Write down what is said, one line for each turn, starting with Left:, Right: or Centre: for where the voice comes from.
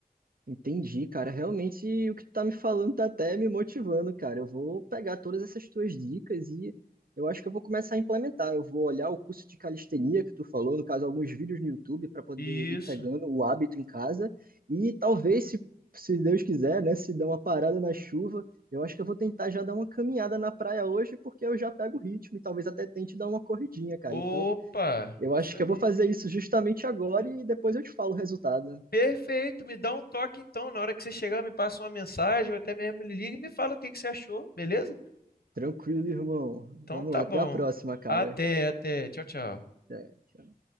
Right: Entendi, cara. Realmente o que tu tá me falando tá até me motivando, cara. Eu vou pegar todas essas tuas dicas e eu acho que eu vou começar a implementar. Eu vou olhar o curso de calistenia que tu falou, no caso, alguns vídeos no YouTube para poder
Left: Isso.
Right: ir pegando o hábito em casa e talvez se se Deus quiser, né, se der uma parada na chuva, eu acho que eu vou tentar já dar uma caminhada na praia hoje porque eu já pego o ritmo e talvez até tente dar uma corridinha, cara.
Left: Opa,
Right: Então, eu acho
Left: isso
Right: que
Left: aí.
Right: eu vou fazer isso justamente agora e depois eu te falo o resultado.
Left: Perfeito, me dá um toque então. Na hora que você chegar, me passa uma mensagem, ou até mesmo me liga e me fala o que que você achou, beleza?
Right: Tranquilo, irmão.
Left: Então
Right: Vamos
Left: tá
Right: lá, até
Left: bom.
Right: a próxima, cara.
Left: Até, até. Tchau, tchau.
Right: Até, tchau.